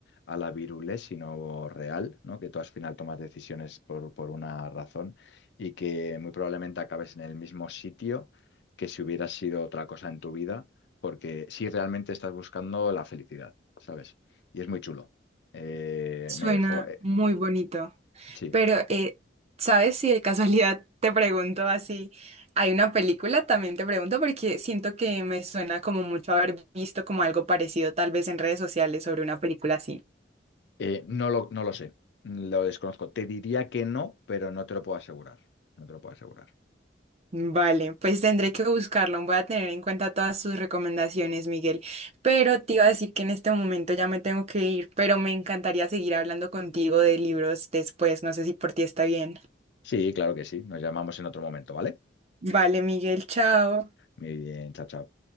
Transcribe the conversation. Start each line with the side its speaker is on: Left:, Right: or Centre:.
Left: a la virulé, sino real, ¿no? Que tú al final tomas decisiones por, por una razón y que muy probablemente acabes en el mismo sitio que si hubieras sido otra cosa en tu vida, porque si realmente estás buscando la felicidad, ¿sabes? Y es muy chulo. Eh,
Right: suena
Left: me dejó, eh,
Right: muy bonito.
Left: sí,
Right: Pero, eh, ¿sabes si de casualidad <laughs> te pregunto así? Hay una película, también te pregunto porque siento que me suena como mucho haber visto como algo parecido tal vez en redes sociales sobre una película así.
Left: Eh, no lo, no lo sé, lo desconozco. Te diría que no, pero no te lo puedo asegurar. No te lo puedo asegurar.
Right: Vale, pues tendré que buscarlo, voy a tener en cuenta todas sus recomendaciones, Miguel. Pero te iba a decir que en este momento ya me tengo que ir, pero me encantaría seguir hablando contigo de libros después, no sé si por ti está bien.
Left: Sí, claro que sí. Nos llamamos en otro momento, ¿vale?
Right: Vale, Miguel, chao.
Left: Muy bien, chao, chao.